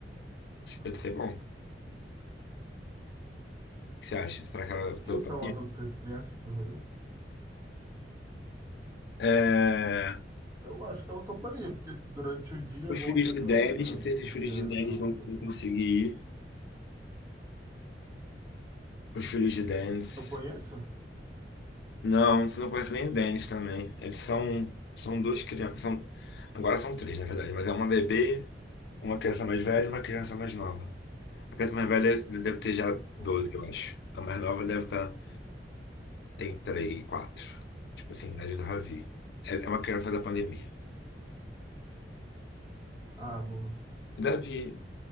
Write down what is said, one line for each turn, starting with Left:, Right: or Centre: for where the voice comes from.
Left: Acho que pode ser bom. O que você acha? Será que ela
Right: Quem
Left: topa?
Right: são as outras crianças do rolê?
Left: É,
Right: Eu acho que ela toparia, porque durante o dia
Left: Os
Right: é bom
Left: filhos
Right: até pra
Left: de Dennis,
Right: Ravi
Left: não sei
Right: curtir
Left: se os filhos
Right: a,
Left: de Dennis
Right: a onda
Left: vão conseguir
Right: também.
Left: ir. Os filhos de Dennis.
Right: Eu conheço?
Left: Não, você não conhece nem o Denis também. Eles são, são duas crianças. São, agora são três, na verdade. Mas é uma bebê, uma criança mais velha e uma criança mais nova. A criança mais velha deve ter já
Right: Boa.
Left: 12 eu acho. A mais nova deve estar. Tem 3 quatro Tipo assim, idade do Ravi. É, é uma criança da pandemia.
Right: Ah, boa.
Left: O Davi.